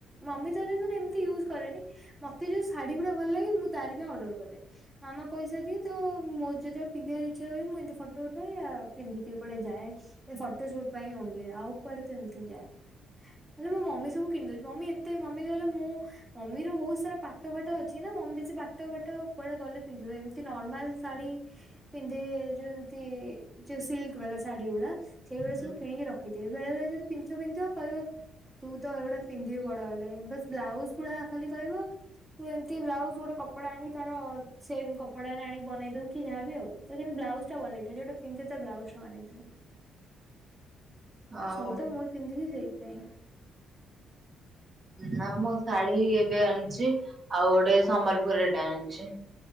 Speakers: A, on the right; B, on the right.
A: ମମି ତର ତ ଏମିତି ୟୁଜ କରେନି। ମତେ ଯୋଉ ଶାଢୀ ଗୁଡା ଭଲ ଲାଗେ ମୁଁ ତାରି ପାଇଁ ଅର୍ଡର କରେ। ମାମା ପଇସା ଦିଏ ତ ମୋ ଯେତେବେଳେ ପିନ୍ଧିବାର ଇଛା ହୁଏ ମୁଁ ଏନ୍ତି ଫ ଫଟ ଉଠାଏ ପିନ୍ଧିକି କୁଆଡେ ଯାଏ ଫଟୋ ସୁଟ ପାଇଁ ଓନ୍ଲି ଆଉ କୁଆଡେ ତ ଏମିତି ଯାଏନି? ନେଲେ ମୋ ମମି ସବୁ କିଣିଦଉଛି ମମି ଏତେ ମମି ନହଲେ ମୁଁ ମମିର ବହୁତ ସାରା ପାଟ ଫାଟ ଅଛି ନା ମମି ସେ ପାଟ ବାଟ କୁଆଡେ ଗଲେ ପିନ୍ଧିବ ଏମିତି ନର୍ମାଲ ଶାଢୀ ପିନ୍ଧେ ଯେ ଯୋଉ ସିଲ୍କ ବାଲା ଶାଢୀ ଗୁଡା ସେଇଗୁଡା
B: ହୁଁ
A: ସବୁ କିଣିକି ରଖିଥି ବେଳେ ବଳେ ଯଦି ପିନ୍ଧିଥିବ ପିନ୍ଧିଥିବ କହିବ ତୁ ତ ଏଗୁଡା ପିନ୍ଧିବି ବଡ ହେଲେ ବାସ ବ୍ଲାଉଜ ଗୁଡା ଖାଲି କହିବ ତୁ ଏମିତି ବ୍ଲାଉଜ ଗୋଟେ କପଡା ଆଣି ତାର ସେମ କପଡାରେ ଆଣି ବନେଇ ଦଉ କି ଯାହାବି ଆଉ। ତ କିନ୍ତୁ ବ୍ଲାଉଜ ଟା ବନେଇଥାଏ। ଯୋଉଟା ପିନ୍ଧେ ତା ବ୍ଲାଉଜ ଟା ବନେଇଥାଏ।
B: ଆଉ
A: ସବୁ ତ ମୁଇ ପିନ୍ଧିବି ସେଇଥି ପାଇଁ।
B: ନା ମୁଁ ଶାଢୀ ଏବେ ଆଣିଚି। ଆଉ ଗୋଟେ ସମ୍ବଲପୁରୀ ଟେ ଆଣିଚି।